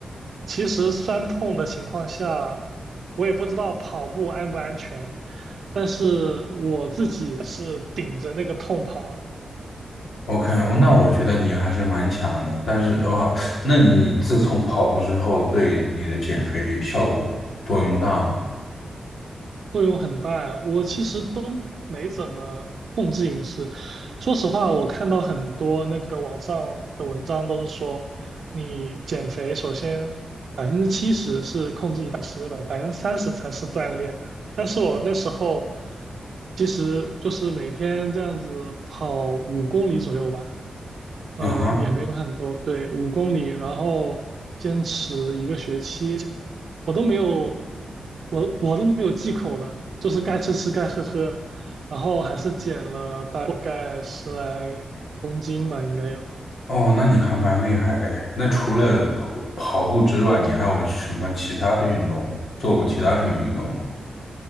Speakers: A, on the right (about 55°); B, on the left (about 60°).
A: 其实酸痛的情况下，我也不知道跑步安不安全，但是我自己是顶着那个痛跑的。
B: ？OK，那我觉得你还是蛮强的，但是哦，那你自从跑步之后，对你的减肥效果作用大吗？
A: 作用很大呀，我其实都没怎么控制饮食。说实话，我看到很多那个网上的文章都是说，你减肥首先百分之七十是控制饮食的，百分之三十才是锻炼。但是我那时候其实就是每天这样子跑五公里左右吧，呃，
B: 啊哼。
A: 也没有很多，对，五公里，然后坚持一个学期。我都没有，我我都没有忌口的，就是该吃吃，该喝喝，然后还是减了大概十来斤吧，应该有。
B: 哦，那你还蛮厉害的诶那除了跑跑步之外，你还有什么其他的运动？做过其他什么运动吗？